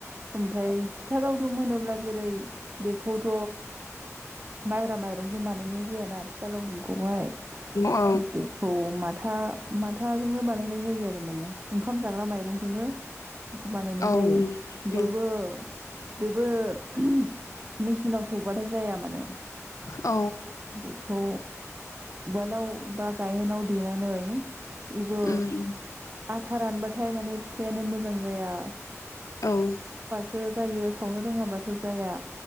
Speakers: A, on the right; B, on the left.
A: ओमफाय फिथा लावदुम होनोब्ला जेरै - बेखौथ' माइब्रा माइरंजों बानायनाय। जाया ना फिथा लावदुमखौहाय
B: औ
A: बेखौ मा था माथाजोंनो बानायनाय। जायो आरो माने ओंखाम जाग्रा माइरंजोंनो। बेखौ बानायनाय
B: औ
A: जायो बेबो
B: औ
A: बेबो। ओमह मेचिनाव सौबाथाय जाया माने
B: औ
A: बेखौ। उवालाव बा गायहेनाव देनानै। इबो
B: उम
A: आथा रानबाथाय माने फिथायानो मोजां जाया।
B: औ
A: सो जायो सावनो रोङाबाथ' जाया।